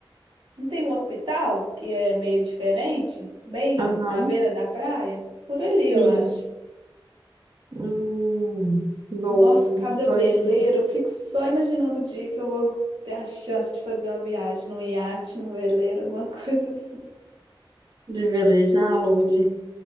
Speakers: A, on the right; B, on the right.
A: Não tem um hospital que é meio diferente? Bem
B: Aham,
A: na beira da praia? Por ali,
B: sim.
A: eu acho.
B: Hum, boa,
A: Nossa, cada
B: a gente pode
A: veleiro,
B: ir
A: eu fico só imaginando o dia que eu vou ter a chance de fazer uma viagem num iate, num veleiro, alguma <laughs> coisa assim.
B: de velejar, Lud.